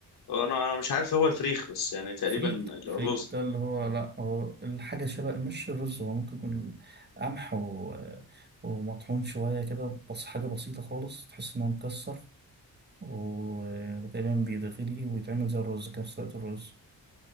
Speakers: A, on the left (about 85°); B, on the right (about 25°).
A: انا مش عارف هو الفريخ بس يعني تقريبا
B: فريك فريك
A: الرز
B: ده اللي هو لا هو الحاجة شبه مش الرز هو ممكن يكون قمح و... ومطحون شوية كده بس حاجة بسيطة خالص تحس إنه مكسر و- وتقريبا بيتغلي ويتعمل زي الرز كده في سلطة الرز